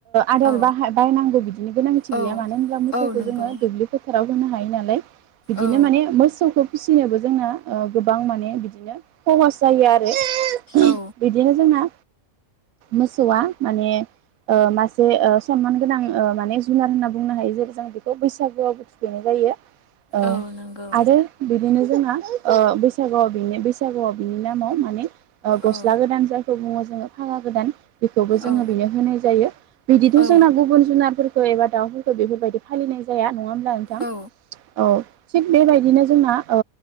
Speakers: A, on the right; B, on the left.
A: आदार
B: औ
A: बाहाय बायनांगौ बिदिनि गोनांथि
B: औ
A: गैया मानो होनब्ला मोसौखौ
B: औ नंगौ
A: जोङो दुब्लि फोथाराव होनो हायो नालाय बिदिनो
B: औ
A: माने मोसौखौ फिसिनोबो जोंना ओ गोबां माने बिदिनो खहास जायो आरो <inaudible>
B: औ
A: बिदिनो जोंहा मोसौआ माने मासे सनमान गोनां मान जुनार होनना बुंनो हायो जेरै जों बेखौ बैसागुआवबो थुखैनाय जायो आरो
B: औ नंगौ
A: बिदिनो जोंना बैसागुआव बेनो बैसागुआव बिनि नामाव माने ओ गस्ला
B: औ
A: गोदान जायखौ बुङो जोङो फागा गोदान बेखौबो जोंङो
B: औ
A: बेनो होनाय जायो बिदिथ'
B: औ
A: जोंनाव गुबुन जुनारफोर खो एबा दाउफोरखौ बेफोरबायदि फालिनाय जाया नङा होनबा नोंथां
B: औ
A: औ थिग बेबायदिनो जोंना ओ